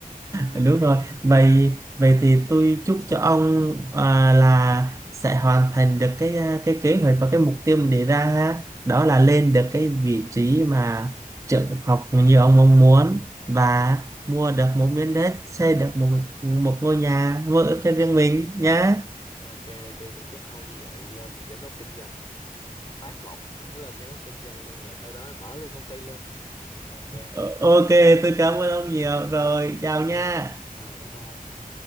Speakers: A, on the left; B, on the right.
A: <laughs>
B: <laughs> đúng rồi. Vậy vậy thì tôi chúc cho ông à, là sẽ hoàn thành được cái à, cái kế hoạch và cái mục tiêu mình đề ra ha. Đó là lên được cái vị trí mà trợ học như ông mong muốn và mua được một miếng đất, xây được một một ngôi nhà, mua ở cho
A: Ừ.
B: riêng mình nhá.
A: Ok, tôi cũng chúc ông như vậy lên được giám đốc kinh doanh. Phát một thẳng lên giám đốc kinh doanh luôn rồi sau đó mở luôn công ty luôn. Ok,
B: Ờ, Ok, tôi cảm
A: ok.
B: ơn ông nhiều
A: <laughs>
B: rồi. Chào
A: Ừ,
B: nha.
A: à, bye bye.